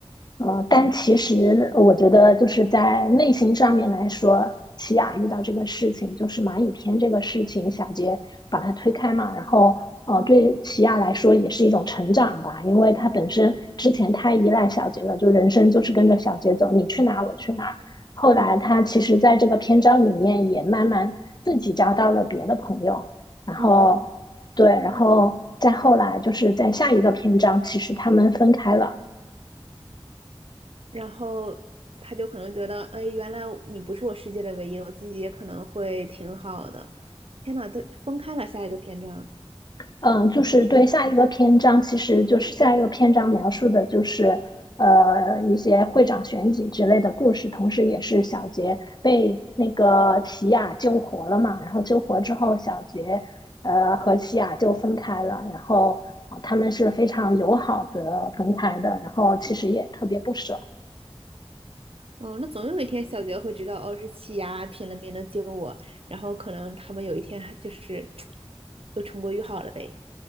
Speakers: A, on the left; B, on the right.
A: 呃，但其实我觉得，就是在内心上面来说，奇雅遇到这个事情，就是蚂蚁篇这个事情，小杰把它推开嘛，然后呃，
B: 嗯
A: 对奇雅来说也是一种成长吧，因为他本身之前太依赖小杰了，就人生就是跟着小杰走，你去哪我去哪后来他其实在这个篇章里面也慢慢自己交到了别的朋友，
B: 嗯
A: 然后
B: 嗯嗯，
A: 对，然后再后来就是在下一个篇章，其实他们分开了。
B: 然后他就可能觉得，哎，原来你不是我世界的唯一，我自己也可能会挺好的，天呐，他分开了下一个篇章。
A: 嗯，就是对下一个篇章，其实就是下一个篇章描述的就是呃一些会长选举之类的故事，同时也是小杰被那个奇雅救活了嘛，然后救活之后，小杰呃和奇雅就分开了，然后呃他们是非常友好的分开的，然后其实也特别不舍。
B: 哦，那总有一天小杰会知道，哦，是气压拼了命的救我，然后可能他们有一天还就是又重归于好了呗。